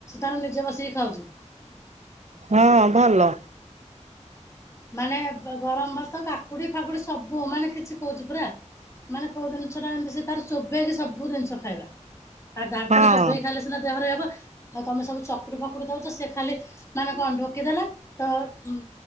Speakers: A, on the left; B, on the right.
A: ତାର ନିଜେ ବସିକି ଖାଉଚୀ।
B: ହଁ ଭଲ।
A: ମାନେ ବ ଗରମ୍ ଭାତ କାକୁଡ଼ି ଫାକୁଡ଼ି ସବୁ ମାନେ କିଛି କହୁଚି ପୁରା ମାନେ କୋଉ ଦିନ୍ଷଟା ଏମ୍ତିସେ ତାର ଚୋବେଇକି ସବୁ ଦିନ୍ଷ ଖାଇବା ଦାନ୍ତରେ
B: ହଁ।
A: ଚୋବେଇକି ଖାଇଲେ ସିନା ଦେହରେ ହେବ ଆଉ ତମେ ସବୁ ଚକୁଡ଼ି ଫକୁଡ଼ି ଦଉଚ ସେଖାଲି ମାନେ କଁ ଢୋକିଦେଲା ତ ଉଁ